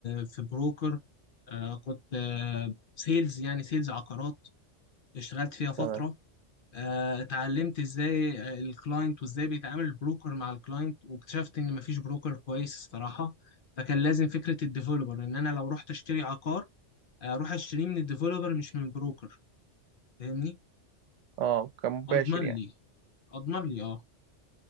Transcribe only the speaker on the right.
تمام
اه كمباشر
يعني